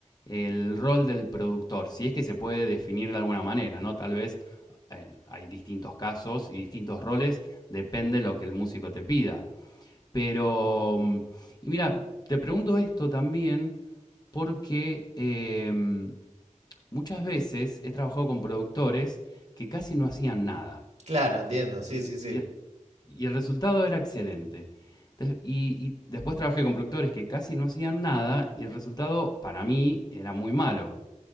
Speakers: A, on the left; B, on the right.
A: el rol del productor? Si es que se puede definir de alguna manera, ¿no? Tal vez eh, hay distintos casos y distintos roles, depende de lo que el músico te pida. Pero, mm, y mira, te pregunto esto también porque em, muchas veces he trabajado con productores que casi no hacían nada.
B: Claro, entiendo, sí,
A: Y el,
B: sí, sí.
A: y el- y el resultado era excelente. Des- y, y después trabajé con productores que casi no hacían nada y el resultado para mí era muy malo.